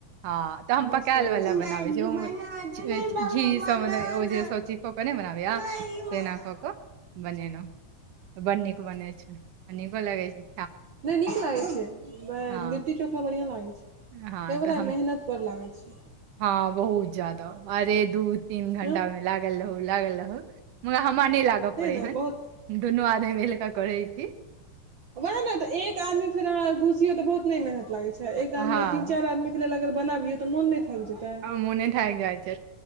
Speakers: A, on the right (about 85°); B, on the right (about 70°).
A: हँ तऽ हम
B: मस्त
A: पकायलवला
B: लागै छै
A: बनाबै
B: मैगी
A: छी ओ
B: बना दो ने
A: घी
B: बनाना
A: सब ओ जे सब चीज कऽ क नहि बनाबै या
B: मैगी बना
A: तना कऽ कऽ बनेनौ बड नीक बनेै छैय आ नीको लगे छैय।
B: नहि नीक लागै छै
A: हँ
B: लिट्टी चोखा बढ़िया लागै छै
A: हँ तऽ
B: बता
A: हम
B: मेहन मेहनत बड़ लागै छै
A: हँ बहुत जादा अरे दू तीन घंटा
B: हँ
A: मे लागल रहू लागल रहू मगर हमरा नहि लागय पड़ै
B: ने
A: हन।
B: बहुत
A: दुनू आदमी मिल कऽ करै छी।
B: वएह ने तऽ एक आदमी फेर अहाँ घुसियौ तऽ बहुत नहि मेहनत लागैत छै एक
A: हँ
B: आदमी तीन चारि आदमी <unintelligible> अगर बनाबिय तऽ मोन नहि थाकि जेतै
A: मोने थाक जाय छै